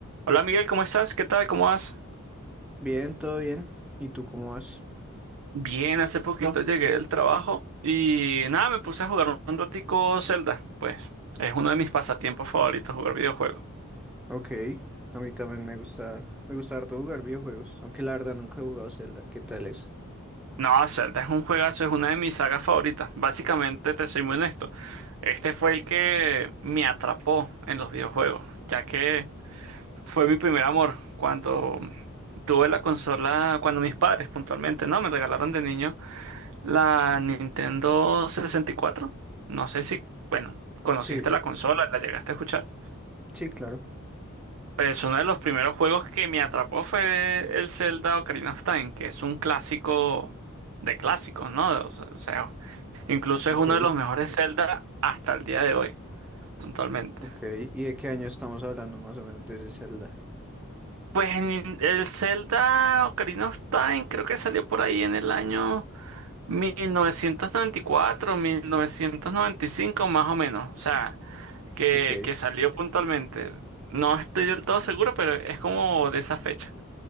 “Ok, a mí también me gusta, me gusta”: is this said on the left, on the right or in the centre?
Centre